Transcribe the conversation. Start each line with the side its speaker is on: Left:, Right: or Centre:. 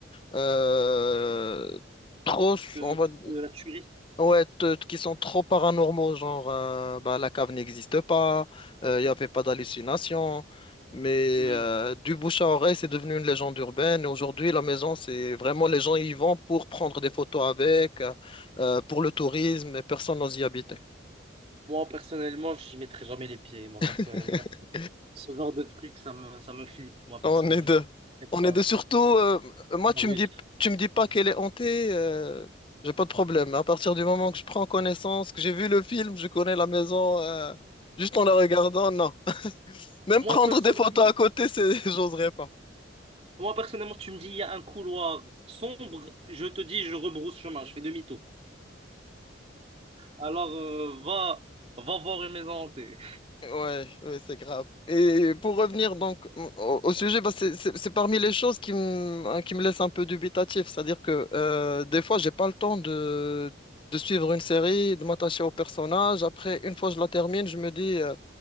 Left: euh, trop,
Right: De,
Left: on va
Right: de la tuerie.
Left: Ouais, te- qui sont trop paranormaux, genre euh, bah, la cave n'existe pas, il n'y avait pas d'hallucination, mais
Right: Hmm.
Left: euh, du bouche à oreille, c'est devenu une légende urbaine. Et aujourd'hui, la maison, c'est vraiment les gens y vont pour prendre des photos avec, euh, euh, pour le tourisme, et personne n'ose y habiter.
Right: Moi, personnellement, j'y mettrai jamais les pieds. Moi, personnellement,
Left: <laughs>
Right: ce genre de truc, ça me, ça me flippe. Moi, personnellement,
Left: On est deux.
Right: ça. Eh ben,
Left: On est deux surtout. euh, moi,
Right: Ah
Left: tu
Right: oui.
Left: me dis, tu me dis pas qu'elle est hantée, euh, j'ai pas de problème. À partir du moment que je prends connaissance, que j'ai vu le film, je connais la maison, euh, juste en la regardant, non. Même
Right: Moi
Left: prendre
Right: personnellement,
Left: des photos à côté, c'est, <laughs> j'oserais pas.
Right: moi personnellement, tu me dis il y a un couloir sombre, je te dis je rebrousse chemin, je fais demi-tour. Alors euh, va va voir une maison hantée.
Left: Ouais, ouais, c'est grave. Et pour revenir donc au, au sujet, bah, c'est c'est- c'est parmi les choses qui me, hein, qui me laissent un peu dubitatif. C'est-à-dire que euh, des fois, j'ai pas le temps de, de suivre une série, de m'attacher au personnage. Après, une fois que je la termine, je me dis, euh,